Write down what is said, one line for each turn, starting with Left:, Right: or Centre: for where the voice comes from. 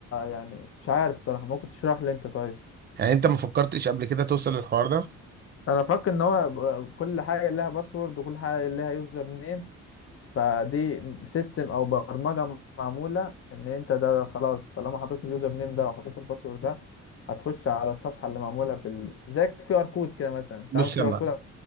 Left: يعني مش عارف صراحة ممكن تشرح لي انت طيب
Right: يعني انت ما فكرتش قبل كده توصل للحوار ده
Left: انا فاكر ان هو ب- كل حاجة لها باسورد وكل حاجة لها يوزر نيم فدي سيستم او برمجة معمولة ان انت ده خلاص طالما حطيت اليوزر نيم ده وحطيت الباسورد ده هتخش على الصفحة اللي معمولة بال زي الكيو ار كود كده مثلا
Right: بص
Left: تعمل كيو
Right: يا معلم
Left: ار كود على